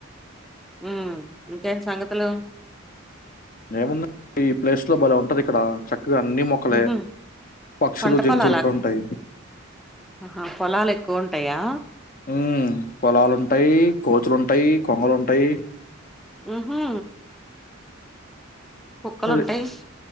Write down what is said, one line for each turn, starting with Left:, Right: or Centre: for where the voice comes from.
Centre: ఉమ్ ఇంకేం సంగతులు
Left: ఏముందండి. ఈ ప్లేస్ లో బాలే ఉంటదిక్కడ. చక్ ఇక్కడ అన్ని మొక్కలే,
Centre: ఉహు
Left: పక్షులు,
Centre: పంట
Left: జంతువులు
Centre: పొలాలా
Left: కూడ్
Centre: అక్క
Left: ఉంటాయి.
Centre: ఆహా పొలాలు ఎక్కువ్ ఉంటాయా.
Left: ఉమ్ పొలాలుంటాయి, కోతులుంటాయి, కొంగలుంటాయి.
Centre: ఉహ్ హు కుక్కలుంటయి.
Left: అది